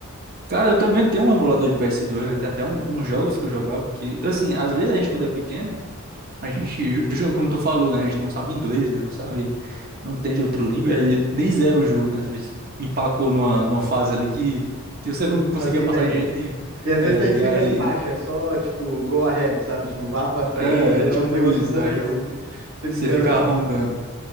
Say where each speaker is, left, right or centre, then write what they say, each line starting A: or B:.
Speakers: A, on the right; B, on the right.
A: Cara, eu também tenho um emulador de PS2, né? Tem até um- uns jogos que eu jogava que, assim, às vezes a gente, quando é pequeno, a gente, ju- ju- como tu falou, né? A gente não sabe inglês, né? Não sabe, não entende outra língua, e aí nem zera o jogo, né? Às vezes empacou numa, numa fase ali que, que você
B: Você não
A: não conseguia
B: fazia ideia.
A: passar de jeito nenhum.
B: E às
A: É,
B: vezes tá escrito
A: e aí,
B: ali embaixo, é só tipo go ahead, sabe? Tipo, vá pra frente,
A: é,
B: é
A: tipo
B: um negócio
A: isso,
B: bobo
A: aí
B: assim.
A: eu,
B: Você
A: você
B: fica
A: fica rondando.